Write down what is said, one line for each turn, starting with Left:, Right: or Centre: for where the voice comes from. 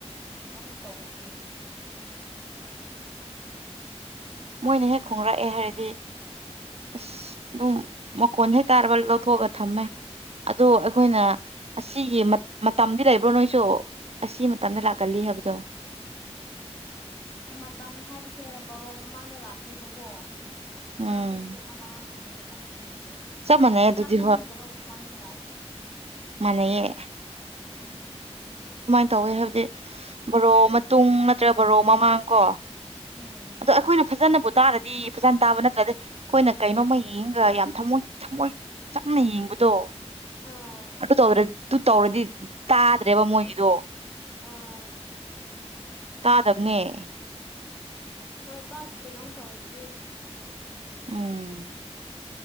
Left: ꯀꯂꯝꯣꯝ ꯇꯧꯕꯒꯤ
Right: ꯃꯣꯏꯅ ꯍꯦꯛ ꯈꯣꯡꯡꯂꯛꯑꯦ ꯍꯥꯏꯔꯗꯤ ꯑꯁ ꯑꯗꯨꯝ ꯃꯈꯣꯟ ꯍꯩ ꯇꯥꯔꯕ ꯂꯧꯊꯣꯛꯑꯒ ꯊꯝꯃꯦ ꯑꯗꯣ ꯑꯩꯈꯣꯏꯅ ꯑꯁꯤꯒꯤ ꯃꯇꯝꯗꯤ ꯂꯩꯕ꯭ꯔꯣ ꯅꯣꯏꯁꯨ ꯑꯁꯤ ꯃꯇꯝꯗ ꯂꯥꯛꯀꯜꯂꯤ ꯍꯥꯏꯕꯗꯣ
Left: ꯃꯇꯝ ꯍꯥꯏꯕꯁꯦ ꯕꯣꯔꯣ ꯃꯃꯥꯡꯗ ꯂꯥꯛꯀꯅꯦꯕꯀꯣ ꯃꯔꯥꯡꯗ
Right: ꯎꯝ
Left: ꯄꯨꯡ ꯑꯃꯒꯨꯝꯕꯗ ꯂꯥꯛꯄ ꯂꯩꯌꯦ
Right: ꯆꯞ ꯃꯥꯟꯅꯩ
Left: ꯑꯗꯣ
Right: ꯑꯗꯨꯗꯤ
Left: ꯑꯅꯝ ꯑꯅꯝꯕꯔꯣ ꯃꯥꯡ ꯂꯥꯛꯑꯦ
Right: ꯃꯅꯌꯦꯦ
Left: ꯎꯝ
Right: ꯇꯧꯋꯦ ꯍꯥꯏꯕꯗꯤ ꯕꯣꯔꯣ ꯃꯇꯨꯡ ꯅꯠꯇ꯭ꯔꯒ ꯕꯣꯔꯣ ꯃꯃꯥꯡ ꯀꯣ
Left: ꯎꯝ
Right: ꯑꯗꯣ ꯑꯩꯈꯣꯏꯅ ꯐꯖꯅꯕꯨ ꯇꯥꯔꯗꯤ ꯐꯖꯅ ꯇꯥꯕ ꯅꯠꯇ꯭ꯔꯗꯤ ꯑꯩꯈꯣꯏꯅ ꯀꯩꯅꯣꯝꯃ ꯌꯦꯡꯉꯒ ꯌꯥꯝ ꯊꯃꯣꯏ ꯊꯃꯣꯏ ꯆꯪꯅ ꯌꯦꯡꯕ ꯣ
Left: ꯑꯥ
Right: ꯑꯗꯨ ꯇ ꯇꯧꯔꯗꯤ ꯇꯥꯗ꯭ꯔꯦꯕ ꯃꯣꯏꯒꯤꯗꯣ
Left: ꯑꯥ
Right: ꯇꯥꯗꯕꯅꯦ
Left: ꯍꯣꯏ ꯄꯥꯛꯇꯩꯅꯣꯝ ꯇꯧꯗꯤ
Right: ꯎꯝ